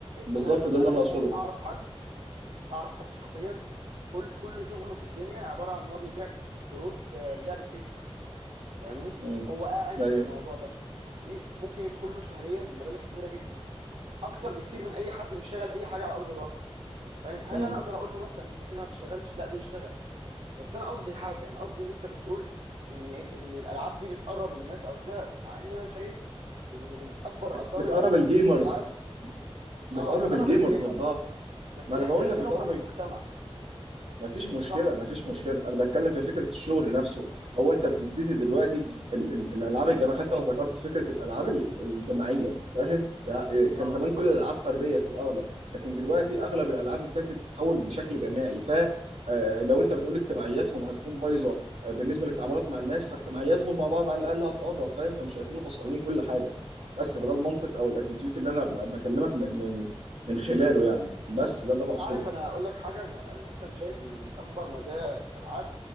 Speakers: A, on the right; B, on the right.
A: بالظبط
B: انا مثلا
A: ده
B: انا
A: اللي انا
B: مثلا
A: اقصده
B: اعرف حد اعرف حد شخصيا كل كل شغله في الدنيا عباره عن ان هو بيبيع كروت آه، لعبه فيفا فاهمني
A: مم.
B: هو قاعد
A: ايوه
B: للموضوع ده بي- ممكن يدخل له شهريا مبالغ كبيره جدا اكتر بكتير من اي حد بيشتغل اي حاجه على ارض الواقع فاهم هل
A: مم.
B: انا اقدر اقول له مثلا انت كده ما بتشتغلش لا بيشتغل بس انا قصدي حاجه انا قصدي ان انت بتقول ان ان الالعاب دي بتقرب الناس او كده مع ان انا شايف ان من اكبر
A: بت-
B: اثار
A: بتقرب
B: ال-
A: الجيمرز
B: الالعاب
A: بتقرب
B: اه بتقرب
A: الجيمرز
B: الجيمرز
A: ببعض
B: بس
A: ما
B: هي
A: انا بقول
B: بتعزلهم
A: لك بتقرب
B: عن المجتمع
A: ما فيش مشكلة
B: صح
A: ما فيش مشكلة أنا بتكلم في فكرة الشغل نفسه هو أنت بتبتدي دلوقتي ال- ال- الألعاب الجماعية حتى أنا ذكرت فكرة الألعاب ال- الجماعية فاهم يعني كان
B: اه
A: زمان كل الألعاب فردية في الأغلب لكن دلوقتي أغلب الألعاب ابتدت تتحول بشكل جماعي ف آه، لو أنت بتقول اجتماعياتهم هتكون بايظة آه، بالنسبة للتعاملات مع الناس فاجتماعياتهم مع بعض على الأقل هتقرب فاهم فمش هيكونوا خسرانين كل حاجة بس فده المنطق أو الاتيتيود اللي أنا ب- بكلمك من من من خلاله يعني بس ده اللي
B: انت
A: أنا أقصده
B: عارف انا اقول لك حاجه انا انا مثلا شايف ان من اكبر مزايا الالعاب